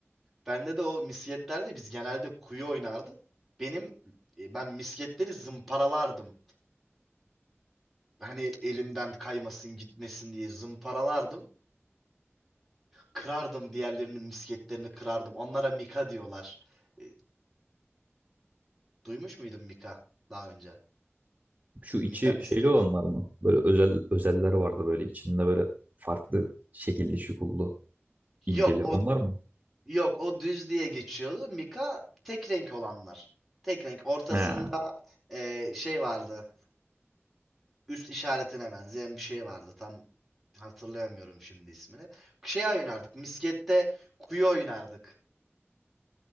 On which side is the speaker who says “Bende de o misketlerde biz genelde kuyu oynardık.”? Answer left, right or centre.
Centre